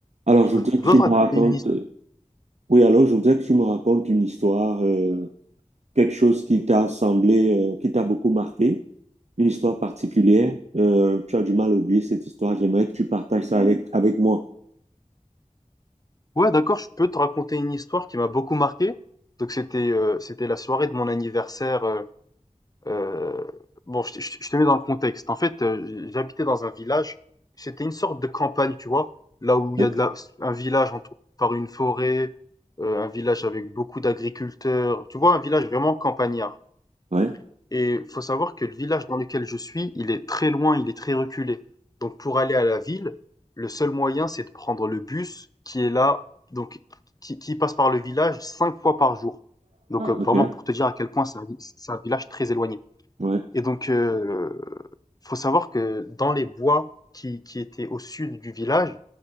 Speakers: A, on the right; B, on the left.
A: Alors, je
B: Je
A: voudrais que
B: dois
A: tu
B: te
A: me
B: raconter
A: racontes,
B: une his-
A: euh, oui, alors, je voudrais que tu me racontes une histoire, euh, quelque chose qui t'a semblé, euh, qui t'a beaucoup marqué, une histoire particulière. Euh, tu as du mal à oublier cette histoire. J'aimerais que tu partages ça avec, avec moi.
B: Ouais, d'accord, je peux te raconter une histoire qui m'a beaucoup marqué. Donc c'était euh, c'était la soirée de mon anniversaire. euh, euh, bon, je, te je te- je te mets dans le contexte. En fait, euh, j'habitais dans un village. C'était une sorte de campagne, tu vois, là où il
A: Hein?
B: y a de la, un village entouré par une forêt, euh, un village avec beaucoup d'agriculteurs. Tu vois, un village vraiment campagnard.
A: Ouais,
B: Et il faut savoir que le village dans lequel je suis, il est très loin, il est très reculé. Donc pour aller à la ville, le seul moyen, c'est de prendre le bus qui est là, donc qui, qui passe par le village cinq fois par jour. Donc euh, vraiment
A: ok,
B: pour te dire à quel point c'est un, vi- c'est un village très éloigné.
A: ouais,
B: Et donc euh, faut savoir que dans les bois qui, qui étaient au sud du village,